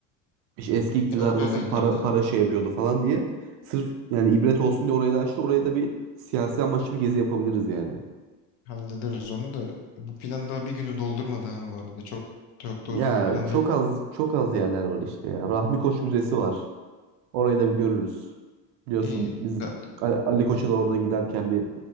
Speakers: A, on the right; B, on the left.
A: işte eski iktidar
B: E oraya
A: nasıl
B: da gideriz.
A: para para şey yapıyordu falan diye. Sırf yani ibret olsun diye oraya da açtı. Oraya da bir siyasi amaçlı bir gezi yapabiliriz yani.
B: Hallederiz onu da. Bu plan daha bir günü doldurmadı ha bu arada. Çok çok da
A: Ya
B: uzun bir plan
A: çok
B: değil.
A: az çok az yerler var işte ya. Rahmi Koç Müzesi var. Orayı da bir görürüz. Biliyorsun
B: İyi.
A: biz
B: Ya,
A: Ali, Ali Koç'a da orada giderken bir